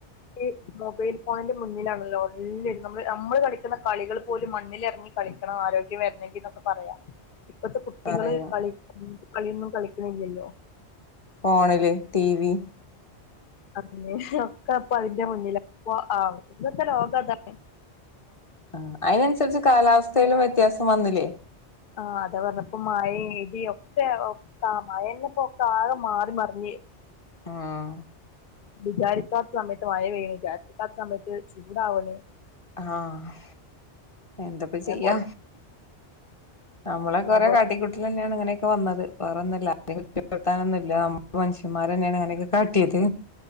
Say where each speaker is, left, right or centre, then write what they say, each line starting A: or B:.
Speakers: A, on the left (about 50°); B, on the left (about 30°).
A: ഈ മൊബൈൽ ഫോണിന്റെ മുന്നിലാണല്ലോ എല്ലരും നമ്മള് നമ്മൾ കളിക്ക ട്ട്ന്ന കളികൾ പോലും മണ്ണിലെർങ്ങി കളിക്കണം ആരോഗ്യം വരണെങ്കിന്നൊക്കെ പറയാ ഇപ്പത്തെ കുട്ടികള്
B: പറയും
A: കളി കളിയൊന്നും കളിക്കണില്ലല്ലോ
B: ഫോണില് ടിവി
A: അങ്ങനെ ഒക്കെ അപ്പൊ അയിന്റെ മുന്നിലാ പ്പൊ ആഹ് ഇതൊക്കെ ലോകം അതാണെ
B: ആഹ് അയിനനുസരിച്ച് കാലാവസ്ഥയിലും വ്യത്യാസം വന്നില്ലേ
A: ആഹ് അതാ പറഞ്ഞപ്പം മഴയും ഇടിയ ഒക്കെ കാ മഴന്നെപ്പോക്കാക്കെ മാറി മറിഞ്ഞ്
B: ആഹ്
A: വിചാരിക്കാത്ത സമയത്ത് മഴപെയ്യ്ണ് വിചാരിരിക്കാത്ത സമയത്ത് ചൂടാവണ്
B: ആഹ് എന്തൊപ്പ
A: അതേപോലെ
B: ചെയ്യാ നമ്മളൊക്കെ
A: അതുപോലെ
B: ഓരോ കാട്ടിക്കൂട്ടല്ന്നെയാണ് ഇങ്ങനെയൊക്കെ വന്നത് വെറേന്നില്ല അതിനെ കുറ്റപ്പെടുത്താനൊന്നുല്ല നമ്മ മനുഷ്യമാര്തന്നെയാണ് അങ്ങനൊക്കെ കാട്ടിയത്